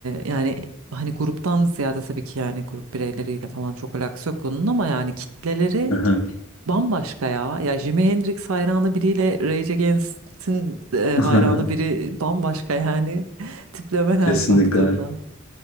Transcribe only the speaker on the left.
Aha.
<laughs>
Kesinlikle